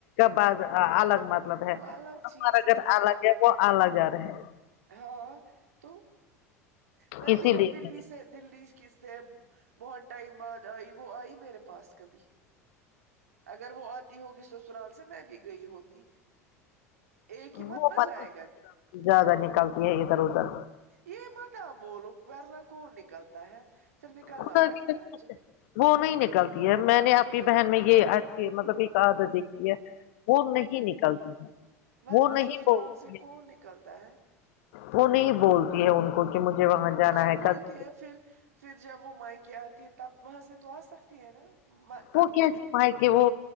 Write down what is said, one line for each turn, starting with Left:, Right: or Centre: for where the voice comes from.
Left: بعد الگ مطلب ہے
Right: وہ الگ
Left: ہمارا
Right: چیز ہے
Left: گر
Right: ہاں
Left: الگ ہے وہ الگ گر ہے
Right: ہاں تو میں
Left: اسی
Right: بھی
Left: لیے
Right: تو دلی
Left: میں نے
Right: سے دلی کس سے بہت ٹائم بعد آئی وہ آئی میرے پاس کبھی اگر وہ آتی ہوگی سسرال سے میں بھی گئی ہوتی ایک ہی
Left: وہ
Right: نہ
Left: مت
Right: جائے گا
Left: زیادہ نکلتی ہے ادھر ادھر
Right: یے مت آپ بولو ورنا کون نکلتا ہے فیر نکلنا
Left: خدا
Right: پڑتا
Left: کی قسم
Right: ہے اج
Left: وہ نہیں نکلتی ہے میں نے اپنی بہن میں یے اچھی مطلب ایک عادت دیکھی ہے وہ نہیں نکلتی ہے
Right: ورنہ
Left: وہ نہیں
Right: سسرال
Left: بولتی
Right: سے
Left: ہے
Right: کون نکلتا ہے
Left: وہ نہیں بولتی ہے ان کو کہ مجھے وہاں جانا
Right: مت بولتی
Left: کل
Right: ہے فیر فیر جب وہ مائکے آتی ہے تب وہاں سے تو آ سکتی ہے نا م-
Left: وہ
Right: آ-
Left: کہتی بھای کہ وہ